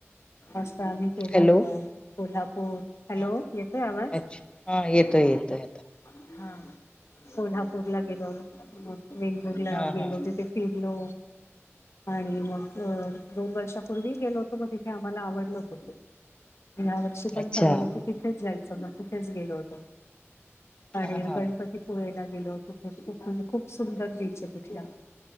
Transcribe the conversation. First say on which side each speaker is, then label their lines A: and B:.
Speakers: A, on the left; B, on the left.
A: असं आम्ही केलं
B: हॅलो
A: होत. कोल्हापूर, हॅलो,
B: हा
A: येतोय आवाज?
B: अच्छा हा येतोय येतोय आता.
A: हा कोल्हापूर ला गेलो. मग वेंगुर ला
B: हा
A: गेलो.
B: हा
A: तिथे फिरलो आणि मग दोन वर्षापूर्वी गेलो होतो. मग तिथे आम्हाला आवडल होत ते. ह्या वर्षी पण
B: अच्छा
A: ठरवलं की, तिथेच जायचं. मग तिथेच गेलो होतो. आणि
B: हा हा
A: गणपतीत पुळेला गेलो होतो. तिथ खूप म्हणजे खूप सुंदर बीच आहे तिथला